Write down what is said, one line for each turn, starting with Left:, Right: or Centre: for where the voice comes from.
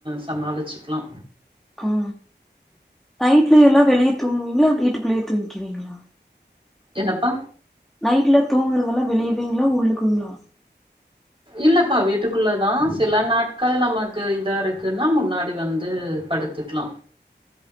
Right: சமாளிச்சிக்லா
Centre: ஓ நைட்ல எல்லா வெளியே தூங்குவீங்ளா வீட்டுக்குள்ளயே தூங்கிவீங்ளா
Right: என்னப்பா
Centre: நைட்ல தூங்குறதெல்லா வெளியவீங்ளா உள்ளுக்குங்ளா
Right: இல்லப்பா வீட்டுக்குள்ளதா சில நாட்கள் நமக்கு இதா இருக்குன்னா முன்னாடி வந்து படுத்துக்லா